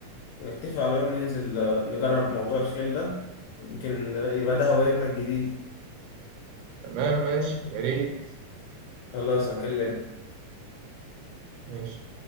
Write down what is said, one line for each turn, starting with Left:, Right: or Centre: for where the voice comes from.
Left: ونتفق على يوم ننزل آه، نجرب موضوع الخيل ده يمكن يبقى ده هوايتنا الجديدة
Right: تمام ماشي يا ريت
Left: خلاص هكلمك
Right: ماشي